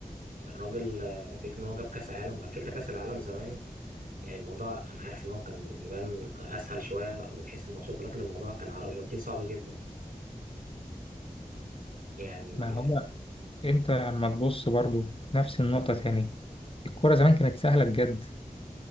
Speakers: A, on the right; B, on the left.
A: الراجل آه، فكره ان هو جاب كاس عالم وعلى فكره كاس العالم زمان يعني الموضوع انا عارف ان هو كان يبان اسهل شويه من حيث الماتشات ولكن الموضوع كان على الارجنتين صعب جدا يعني
B: ما هو انت لما تبص برضو نفس النقطة تاني الكرة زمان كانت سهلة بجد